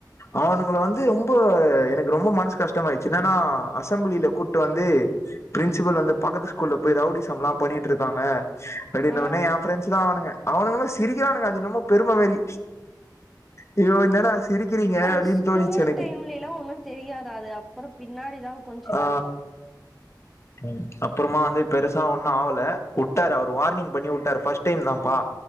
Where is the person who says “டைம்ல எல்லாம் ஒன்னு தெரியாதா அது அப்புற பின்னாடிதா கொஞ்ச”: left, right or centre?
Centre